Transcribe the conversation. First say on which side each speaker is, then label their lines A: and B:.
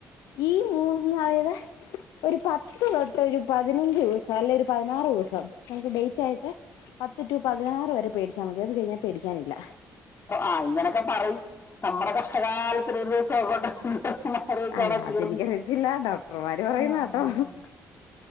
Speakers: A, on the left; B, on the left.
A: ഈ മൂന്നായത് ഒരു പത്ത് തൊട്ട് ഒരു പതിനഞ്ച് ദിവസം അല്ലെ ഒരു പതിനാറ് വ്സം നമുക്ക് ഡേറ്റ് ആയിട്ട് പത്ത് റ്റു പതിനാറ് വരെ പേടിച്ചാ മതി അത് കഴിഞ്ഞാൽ പേടിക്കാനില്ല.
B: ആഹ് ഇങ്ങനെയൊക്കെ പറയും നമ്മടെ കഷ്ടകാലത്തിൻ ഒരു ദിവസം ഉള്ളിലോട്ട് <unintelligible> ക്കെ
A: അല്ല
B: അതോടെ തീർന്നില്ലേ
A: അതെനിക്കറിയത്തില്ല ഡോക്ടർമാര് പറയുന്ന
B: ആഹ്
A: കേട്ടോ